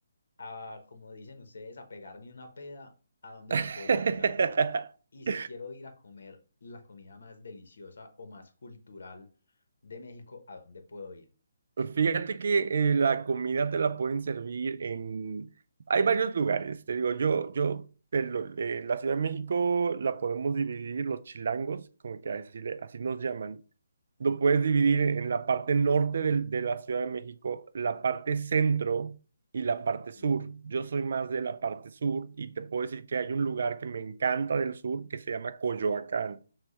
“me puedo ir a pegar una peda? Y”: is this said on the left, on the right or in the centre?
Left